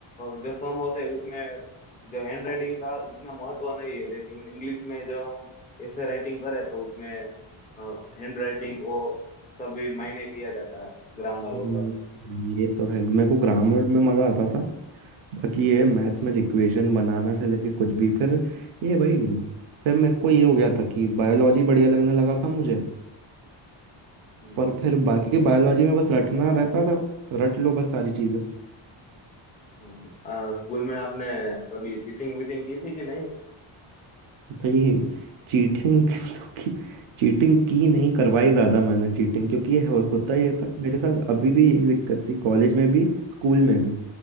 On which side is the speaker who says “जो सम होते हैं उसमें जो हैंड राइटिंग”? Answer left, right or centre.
Left